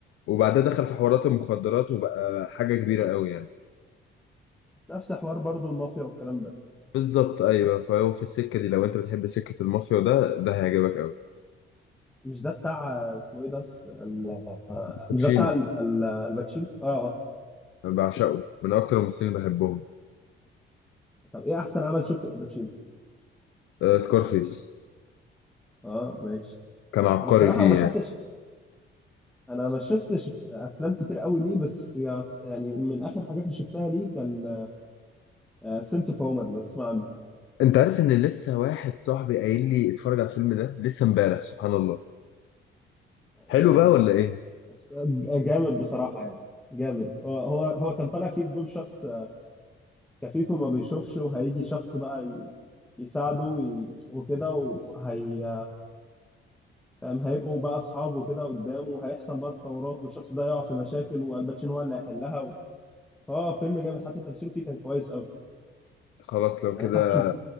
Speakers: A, on the left (about 70°); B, in the centre.
A: وبعدها دخل في حوارات المخدرات وبقى حاجة كبيرة قوي يعني
B: نفس حوار برضه المافيا والكلام ده
A: بالظبط ايوه فهو في السكة دي لو انت بتحب سكة المافيا وده ده هيعجبك قوي
B: مش ده بتاع آه، اسمه ايه ده س- ال... آه،
A: الباتشينو
B: مش ده بتاع ال... ال... الباتشينو اه اه
A: أنا بعشقه من اكتر الممثلين اللي بحبهم
B: طب ايه احسن عمل شفته الباتشينو
A: آه سكارفيس
B: اه ماشي
A: كان عبقري
B: انا بصراحه
A: فيه
B: ما شفتش
A: يعني
B: انا ما شفتش افلام كتير قوي ليه بس يع- يعني من اخر حاجات اللي شفتها ليه كان آه، سنت اوف وومن لو تسمع
A: انت عارف ان لسه واحد صاحبي قايل لي اتفرج على الفيلم ده لسه امبارح سبحان الله حلو
B: عنه
A: بقى ولا ايه
B: بس جامد بصراحة يعني جامد هو هو هو كان طالع فيه بدور شخص كفيف وما بيشوفش وهيجي شخص بقى ي- يساعده وي- وكده وهي فاهم هيبقوا بقى أصحاب وكده قدامه وهيحصل بقى تطورات والشخص ده يقع في مشاكل والباتشينو هو اللي هيحلها و... فهو فيلم جامد حتى تمثيله فيه كان كويس قوي
A: خلاص لو
B: يعني
A: كده
B: أنصحك تشوفه